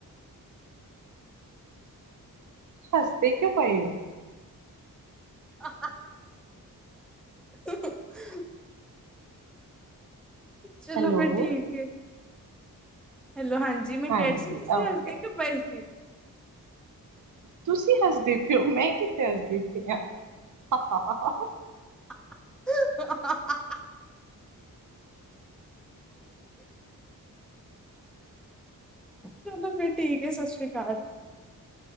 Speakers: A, on the right; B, in the centre.
A: ਹੱਸਦੇ ਕਿਉਂ ਪਏਓ
B: ਆ ਆ ਆ ਹੂੰ ਹੂੰ ਚਲੋ
A: ਹੈਲੋ,
B: ਫਿਰ ਠੀਕ ਏ ਹੈਲੋ ਹਾਂਜੀ ਜੀ ਮੈਂ
A: ਹਾਂਜੀ
B: ਕਹਿ ਸੀ ਤੁਸੀਂ
A: ਓਕੇ।
B: ਹੱਸਦੇ ਕਿਉਂ ਪਏ ਸੀ
A: ਤੁਸੀਂ ਹੱਸਦੇ ਪਏ ਹੋ ਮੈਂ ਕਿੱਥੇ ਹੱਸਦੀ ਪਈ ਆਂ ਹਾ ਹਾ ਹਾ
B: ਹਾ ਹਾ ਹਾ ਚਲੋ ਫਿਰ ਠੀਕ ਏ ਸਤਿ ਸ੍ਰੀ ਅਕਾਲ